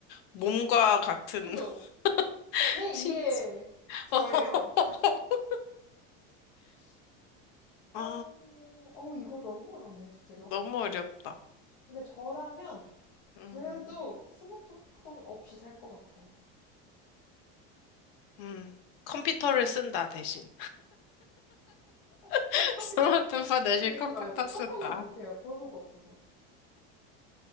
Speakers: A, on the left (about 65°); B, on the left (about 85°).
A: 몸과 같은
B: 그죠?
A: <laughs>
B: 제2의
A: 신체.
B: 저예요.
A: <laughs>
B: 어,
A: 아,
B: 어, 이거 너무 어렵네, 주제가.
A: 너무 어렵다.
B: 근데 저라면
A: 음,
B: 그래도 스마트폰 없이 살 것 같아요.
A: 음. 컴퓨터를 쓴다, 대신.
B: <laughs>
A: <laughs>
B: 컴퓨터
A: 스마트폰
B: 카톡?
A: 대신
B: 근데
A: 컴퓨터
B: 그거 알죠? 카톡은
A: 쓴다.
B: 못해요. 번호가 없어서.